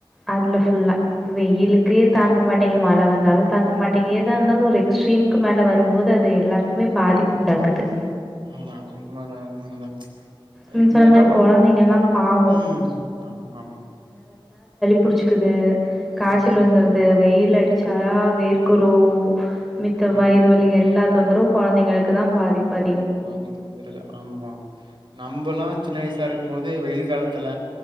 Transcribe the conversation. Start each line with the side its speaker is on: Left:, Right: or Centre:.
Centre: அதில ஃபுல்லா வெயிலுக்கே தாங்க மாட்டேங்கிது மழை வந்தாலும் தாங்க மாட்டேங்கிது எதா இருந்தாலும் ஒரு எக்ஸ்ட்ரீமுக்கு மேல வரும்போது அது எல்லாருக்குமே பாதிப்பு உண்டாக்குது
Right: ஆமா உண்மைாதா உண்மைாதா ச்
Centre: நீங்க
Right: இதுல
Centre: சொன்ன
Right: என்ன
Centre: மாரி
Right: பண்ற
Centre: குழந்தைங்கலாம் பாவம்.
Right: உம் ஆமா ஆமா
Centre: பிடிச்சிக்குது
Right: ம்
Centre: காய்ச்சல் வந்தது வெயில் அடிக் படிச்சாரா வேர்க்குரு மித்த
Right: ம்
Centre: வையிறுவலி எல்லா தொந்தரவு குழந்தைங்களுக்கு தான் பாதிப்பு அது
Right: வாங்கிக் <unintelligible> ஆமா நம்மல்லாம் சின்ன வயசா இருக்கும் போது வெயிலுக்கு வெயில் காலத்துல